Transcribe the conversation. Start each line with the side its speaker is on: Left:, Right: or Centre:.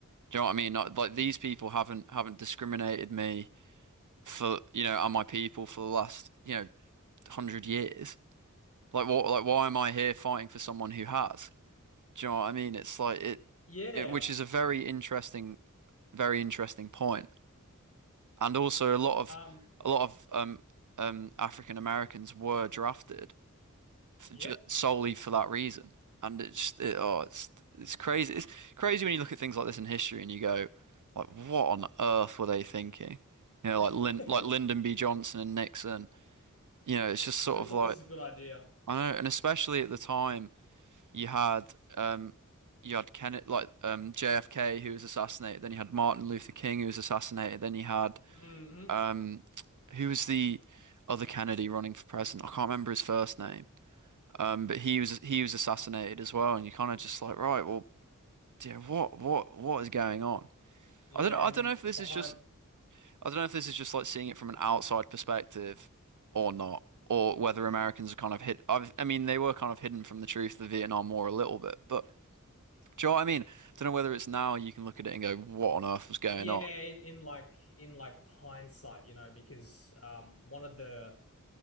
Right: Do you know what I mean? Not, like these people haven't haven't discriminated me for you know and my people for the last you know hundred years. Like what? Like why am I here fighting for someone who has? Do you know what I mean? It's like it,
Left: yeah.
Right: it which is a very interesting, very interesting point. And also a lot of
Left: Um,
Right: a lot of um um African Americans were drafted f-
Left: yep.
Right: ju- solely for that reason. And it's it, oh it's it's crazy. It's crazy when you look at things like this in history and you go like what on earth were they thinking? You know
Left: <laughs>
Right: like Lin like Lyndon B. Johnson and Nixon you know, it's just sort
Left: Who
Right: of
Left: thought
Right: like
Left: this is a good idea?
Right: I know, and especially at the time you had um you had Kennedy like um JFK who was assassinated, then you had Martin Luther King who was assassinated, then you had
Left: hmm
Right: um who was the other Kennedy running for president? I can't remember his first name. Um, but he was he was assassinated as well, and you kind of just like, right, well, yeah, what what what is going on?
Left: Yeah,
Right: I don't I
Left: and
Right: don't
Left: then
Right: know if this
Left: behind
Right: is just I don't know if this is just like seeing it from an outside perspective or not, or whether Americans are kind of hid. I've, I mean, they were kind of hidden from the truth of the Vietnam War a little bit, but do you know what I mean? don't know whether it's now you can look at it and go, what on earth was going
Left: yeah,
Right: on?
Left: in, in like in like hindsight, you know, because um one of the